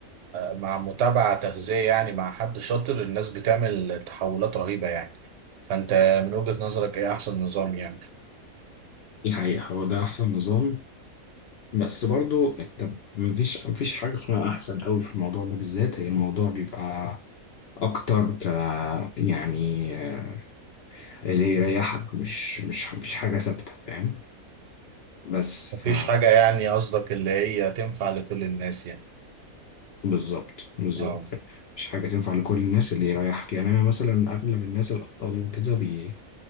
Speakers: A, on the right; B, on the left.
A: مع متابعة تغذية يعني مع حد شاطر الناس بتعمل تحولات رهيبة يعني فانت من وجهة نظرك ايه احسن نظام يعني
B: حقيقة هو ده أحسن نظام بس برضو انت مفيش مفيش حاجة اسمها أحسن قوي في الموضوع ده بالذات هي الموضوع بيبقى أكتر ك يعني آه، اللي يريحك مش مش مفيش حاجة ثابتة فاهم بس
A: مفيش
B: ف
A: حاجة يعني قصدك اللي هي تنفع لكل الناس يعني
B: بالظبط بالظبط
A: اه
B: مش حاجة تنفع لكل الناس اللي يريحك يعني أنا مثلا أغلب الناس الأطفال وكده بي...